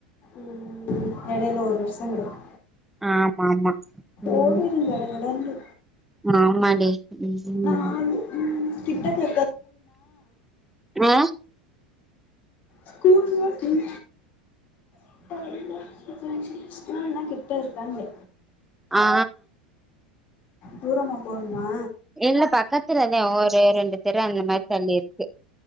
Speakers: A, on the left; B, in the centre.
A: ம் ம் ம் எடைல ஒரு வருஷோ கெடக்கு
B: ஆமா ஆமா ம்
A: ஓடிரு கடகடன்னு
B: ஆமா டி ம்
A: நாலு ம் கிட்ட தெ
B: ஆ
A: ஸ்கூல்ல கிங் <unintelligible> ஸ்கூல்லா கிட்ட இருக்கான்னே
B: ஆ
A: தூரமா போணுமா
B: இல்ல பக்கத்துலதே ஒரு ரெண்டு தெரு அந்த மாரி தள்ளிருக்கு